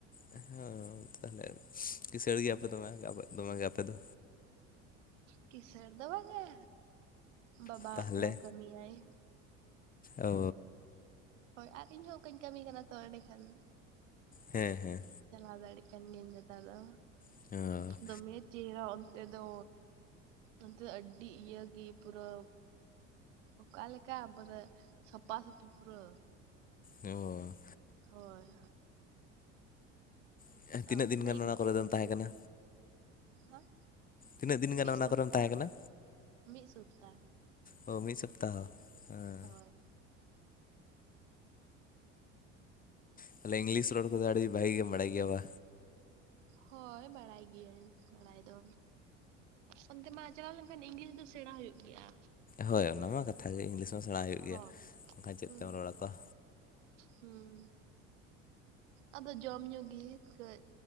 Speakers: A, on the left; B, on the right.
A: ᱦᱮᱸ ᱛᱟᱦᱚᱞᱮ ᱠᱤᱥᱟᱹᱲ ᱜᱮᱭᱟᱯᱮ ᱫᱚᱢᱮ ᱫᱚᱢᱮ ᱜᱮ ᱟᱯᱮ ᱫᱚ
B: ᱠᱤᱥᱟᱹᱬ ᱫᱚ ᱵᱟᱝᱟ ᱵᱟᱵᱟ
A: ᱛᱟᱦᱚᱞᱮ
B: ᱛᱷᱚᱲᱟ ᱠᱟᱹᱢᱤᱭᱟᱭ
A: ᱳ
B: ᱦᱳᱭ ᱟᱨ ᱤᱧᱦᱚᱸ ᱚᱱᱠᱟᱧ ᱠᱟᱹᱢᱤ ᱠᱟᱱᱟ ᱛᱚ ᱮᱸᱰᱮᱠᱷᱟᱱ
A: ᱦᱮᱸ ᱦᱮᱸ
B: ᱪᱟᱞᱟᱣ ᱫᱟᱲᱮᱜ ᱠᱟᱱ ᱜᱤᱭᱟᱹᱧ ᱱᱮᱛᱟᱨ ᱫᱚ
A: <unintelligible>
B: ᱫᱚᱢᱮ ᱪᱮᱦᱨᱟ ᱚᱱᱛᱮ ᱫᱚ ᱚᱱᱛᱮ ᱫᱚ ᱟᱹᱰᱤ ᱤᱭᱟᱹ ᱜᱮ ᱯᱩᱨᱟᱹ ᱚᱠᱟ ᱞᱮᱠᱟ ᱯᱩᱨᱟᱹ ᱥᱟᱯᱟ ᱥᱟᱹᱯᱤ ᱯᱩᱨᱟᱹ
A: ᱚ
B: ᱦᱳᱭ
A: <unintelligible> ᱛᱤᱱᱟᱹᱜ
B: ᱟᱨ ᱚᱱᱛᱮ
A: ᱫᱤᱱ
B: ᱢᱟ
A: ᱜᱟᱱ ᱚᱱᱟ ᱠᱚᱨᱮ ᱫᱚᱢ ᱛᱟᱦᱮᱸ ᱠᱟᱱᱟ?
B: ᱦᱚᱸ
A: ᱛᱤᱱᱟᱹᱜ ᱫᱤᱱ ᱜᱟᱱ
B: ᱢᱤᱫ
A: ᱚᱱᱟ
B: ᱥᱚᱯᱛᱟ,
A: ᱠᱚᱨᱮᱢ ᱛᱟᱦᱮᱸ ᱠᱟᱱᱟ
B: ᱢᱤᱫ ᱥᱚᱯᱛᱟ
A: ᱚ ᱢᱤᱫ ᱥᱚᱯᱛᱟᱦᱚ ᱦᱮᱸ
B: ᱦᱳᱭ
A: ᱛᱟᱦᱞᱮ ᱤᱝᱞᱤᱥ ᱨᱚᱲ ᱠᱚᱫᱚ ᱟᱹᱰᱤ ᱵᱷᱟᱹᱜᱤ ᱜᱮᱢ ᱵᱟᱰᱟᱭ ᱜᱮᱭᱟ ᱵᱟ?
B: ᱦᱳᱭ ᱵᱟᱲᱟᱭ ᱜᱤᱭᱟᱹᱧ ᱵᱟᱲᱟᱭ ᱫᱚ ᱚᱱᱛᱮ ᱢᱟ ᱪᱟᱞᱟᱣ ᱞᱮᱱᱠᱷᱟᱱ ᱤᱝᱞᱤᱥ ᱫᱚ ᱥᱮᱬᱟ ᱦᱩᱭᱩᱜ ᱜᱮᱭᱟ᱾
A: ᱦᱳᱭ ᱚᱱᱟᱢᱟ ᱠᱟᱛᱷᱟᱜ ᱜᱮ ᱤᱝᱞᱤᱥ ᱢᱟ ᱥᱮᱬᱟ ᱦᱩᱭᱩᱜ ᱜᱮᱭᱟ,
B: ᱦᱳᱭ
A: ᱵᱟᱠᱷᱟᱱ ᱪᱮᱫ
B: ᱦᱩᱸ
A: ᱛᱮᱢ ᱨᱚᱲ ᱟᱠᱚᱣᱟ᱾
B: ᱦᱩᱸ ᱟᱫᱚ ᱡᱚᱢ ᱧᱩ ᱜᱮ ᱠᱟᱹᱡ